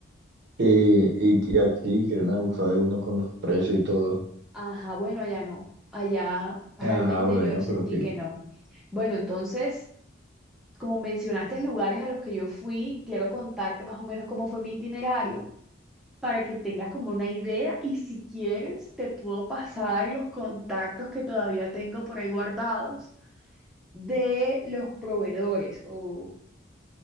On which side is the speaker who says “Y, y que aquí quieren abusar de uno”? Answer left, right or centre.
Right